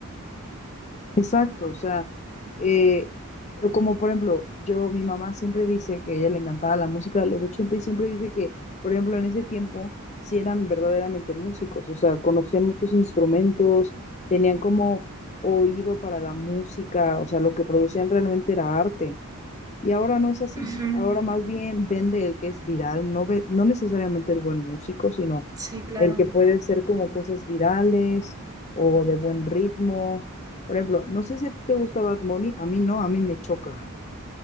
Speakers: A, on the left (about 30°); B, on the right (about 15°).
A: Exacto, o sea, eh, como por ejemplo, yo, mi mamá siempre dice que a ella le encantaba la música de los 80 y siempre dice que, por ejemplo, en ese tiempo sí eran verdaderamente músicos, o sea, conocían muchos instrumentos, tenían como oído para la música, o sea, lo que producían realmente era arte. Y ahora no es así.
B: Ujú,
A: Ahora más bien vende el que es viral, no ve, no necesariamente el buen músico, sino
B: Sí, claro.
A: el que puede ser como cosas virales o de buen ritmo. Por ejemplo, no sé si a ti te gusta Bad Bunny, a mí no, a mí me choca.